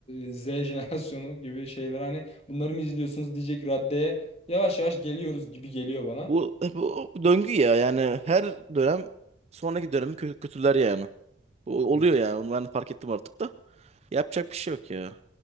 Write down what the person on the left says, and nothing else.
e, Z jenerasyonu <laughs> gibi şeyler hani bunları mı izliyorsunuz diyecek raddeye yavaş yavaş geliyoruz gibi geliyor bana.
Evet.